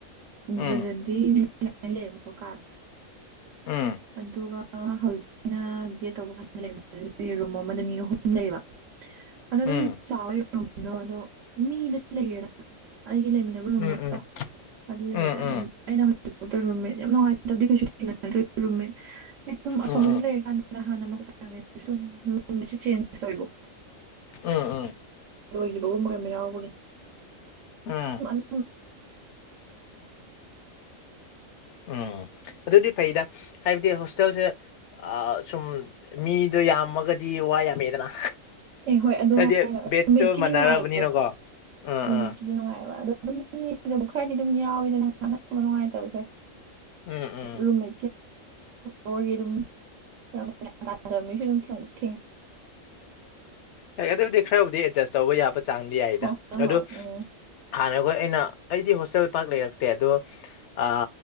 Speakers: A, on the right; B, on the left.
A: ꯑꯗꯨꯗꯗꯤ
B: ꯎꯝ
A: ꯃꯤ ꯂꯩꯕꯀꯣ ꯀꯥ
B: ꯎꯝ
A: ꯑꯗꯨꯒ ꯍꯧꯖꯤꯛꯅ ꯕꯤ ꯑꯦ ꯇꯧꯕ ꯀꯥꯟꯗ ꯂꯩ ꯔꯨꯝ ꯑꯃꯗ ꯃꯤ ꯑꯍꯨꯝ ꯂꯩꯕ ꯑꯗꯣ ꯑꯗꯨꯝ
B: ꯎꯝ
A: ꯆꯥꯎꯋꯦꯗꯣ ꯑꯗꯣ ꯃꯤꯗ ꯂꯩꯦꯅ ꯑꯩꯒꯤ ꯂꯩꯃꯤꯟꯅꯕ ꯔꯨꯝꯃꯦꯠꯇꯣ
B: ꯎꯝ ꯎꯝ
A: ꯑꯗꯨ ꯂꯩꯒꯦꯗꯅ
B: ꯎꯝ
A: ꯑꯗꯨꯝ ꯑꯩꯅ ꯍꯧꯖꯤꯛꯥꯎ ꯔꯨꯝꯃꯤꯠ ꯌꯥꯝ ꯅꯨꯡꯉꯥꯏꯕꯗꯤ ꯀꯩꯁꯨ ꯊ ꯔꯨꯝꯃꯤꯠ ꯑꯩ ꯁꯨꯝ ꯑꯁꯣꯝꯗꯁꯨ
B: ꯎꯝ ꯎꯝ ꯎꯝ ꯎꯝ
A: ꯂꯩꯔ ꯀꯥꯟꯗ ꯍꯥꯟꯅꯥꯡꯉ ꯁꯨꯝ ꯆꯦꯟ ꯑꯣꯏꯕꯀꯣ
B: ꯑꯥ ꯑꯥ
A: ꯑꯣꯏꯣꯏꯈꯤꯕꯒꯨꯝ ꯀꯩꯅ ꯌꯥꯎꯕꯒꯅꯤ
B: ꯎꯝ
A: ꯄꯣ
B: ꯎꯝ ꯑꯗꯨꯗꯤ ꯐꯩꯗ ꯍꯥꯏꯕꯗꯤ ꯍꯣꯁꯇꯦꯜꯁꯦ ꯁꯨꯝ ꯃꯤꯗꯣ ꯌꯥꯝꯃꯒꯗꯤ ꯋꯥ ꯌꯥꯝꯃꯦꯗꯅ
A: ꯑꯦ ꯍꯣꯏ ꯑꯗꯨ
B: ꯍꯥꯏꯗꯤ
A: ꯍꯥꯏ
B: ꯕꯦꯠꯁꯇꯨ
A: ꯔꯃꯦꯠꯀꯤꯗꯤ
B: ꯃꯥꯟꯅꯔꯕꯅꯤꯅꯀꯣ
A: ꯅꯨꯡꯉꯥꯏ
B: ꯑꯥ
A: ꯔꯨꯝꯃꯦꯠꯀꯤꯗꯤ
B: ꯑꯥ
A: ꯅꯨꯡꯉꯥꯏꯑꯕ ꯑ ꯑꯗꯨꯝ ꯌꯦꯖꯕ ꯈꯔꯗꯤ ꯑꯗꯨꯝ ꯌꯥꯎꯋꯦꯗ ꯅꯪ ꯈꯪꯅꯗꯕ ꯅꯨꯡꯉꯥꯏꯇꯕꯁꯦ
B: ꯎꯝ ꯎꯝ
A: ꯔꯨꯝꯃꯤ ꯑꯔꯒꯤ ꯑꯗꯨ ꯃꯤꯁꯨ ꯑꯗꯨꯝ ꯊꯦꯡꯅ
B: ꯍ ꯑꯗꯨꯕꯨꯗꯤ ꯈꯔꯕꯨꯗꯤ ꯑꯦꯗꯖꯁ ꯇꯧꯕ ꯌꯥꯕ ꯆꯥꯡꯗꯤ ꯌꯥꯏꯗ
A: ꯍꯣꯏ
B: ꯑꯗ
A: ꯍꯣꯏ ꯎꯝ
B: ꯍꯥꯟꯅꯈꯣꯏ ꯑꯩꯅ ꯑꯩꯗꯤ ꯍꯣꯁꯇꯦꯜ ꯄꯥꯛ ꯂꯩꯔꯛꯇꯦ ꯑꯗꯣ ꯑ